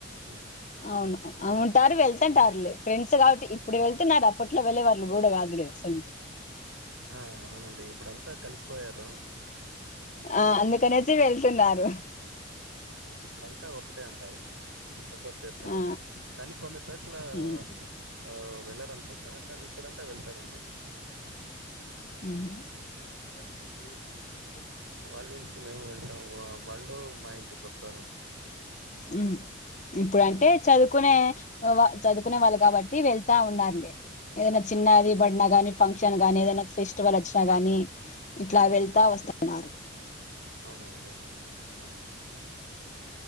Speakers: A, on the right (about 80°); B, on the left (about 35°).
A: హ్మ్.
B: అవ్ను
A: హ్మ్.
B: అవ్నూ టారు వెళ్తుంటారులే ఫ్రెండ్స్ కావట్టి ఇప్పుడు వెళ్తున్నారు అప్పట్లో వెళ్లేే వాళ్ళు గూడా కాదులే సొంతు
A: ఆ అవ్నండి ఇప్పుడంతా కల్సిపోయారు
B: ఆ అందుకనేసి వెళ్తున్నారు
A: ఉహ్ ఇప్పుడంతా ఒకటే అంటారు సపోట్ చేస్తారు
B: ఆ
A: కానీ కొన్ని చోట్లా
B: ఉమ్,
A: ఆ వెళ్ళారనుకుంటా కానీ ఇక్కడంతా వెళ్తారండి.
B: ఉహ్
A: వాళ్ళింటికి మేము వెళ్తాం వాళ్ళు మా ఇంటికోస్తారు
B: ఉ ఇప్పుడంటే
A: ఉమ్
B: చదువు కునా వ చదుకునే వాళ్ళు కాబట్టి వెళ్తా ఉన్నార్లే ఏదన్న చిన్నాది బడిన గాని ఫంక్షన్ గాని ఏదైన స్టివల్లు ఒచ్చినా గాని ఇట్లా వెళ్తా వస్తన్నారు
A: అవున అండి అంటె అవునండి